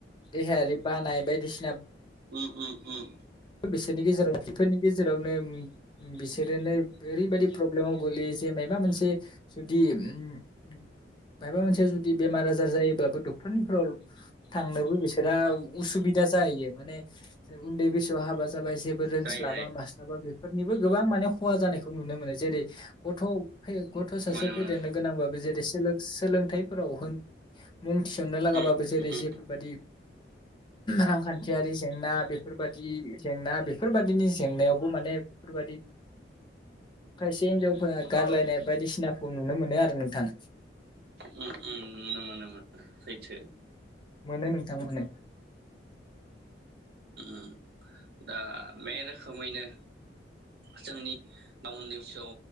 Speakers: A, on the left; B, on the right.
A: देहायारि बानाय बायदिसि
B: उम उम उम।
A: बिसोरनि गेजेराव <unintelligible> नोम बिसोरो नोम ओरै बायदि फ्रब ब्लेमाव गोलैयो जे मबा मोनसे जुदि ओम मायाबा मोनसे जुदि बेमार आार जायोब्लाबो डक थनिख्रल थांनोबो बिसोरा उसुबि जायो माने उन्दै बैस थ' हाबा ज जाबाय जेबो रोंस्लाबा
B: जायो जायो
A: मास्लाबा बेफोरनिबो गोबां माने खहा जानायखौ नुनो मोनो जेरै गथ' गथ' सासे
B: मोनो
A: फेदेरनो
B: मोनो
A: गोनांबाबो जेरै सोलोंथाइफोराव होन मुं थिसननो
B: नंगौ
A: लागाबाबो जेरै जेफोरबादि रांखान्थि थियारि जेंना बेफोरबाय दि जेंना बेफोरबायादिनि जेंनायावबो माने बेफोरबायदि खायसे हिनजावफोरा गारलायनाय बायदिसिनाखौ नुनो मोनो आरो नों थां
B: उम उम मोनो मोनो मोनो सैथो
A: मोनो नोंथां मोनो
B: उम दा बे रोखोमैनो जोंनि उन्दैसोआव